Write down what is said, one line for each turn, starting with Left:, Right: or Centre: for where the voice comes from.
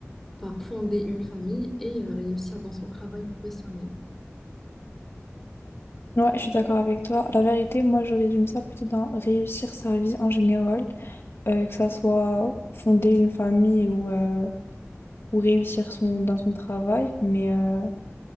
Centre: par fonder une famille et euh, réussir dans son travail professionnel.
Left: Ouais, je suis d'accord avec toi. La vérité, moi, je résume ça plutôt dans réussir sa vie en général, euh, que ça soit fonder une famille ou, euh, ou réussir son, dans son travail. Mais euh,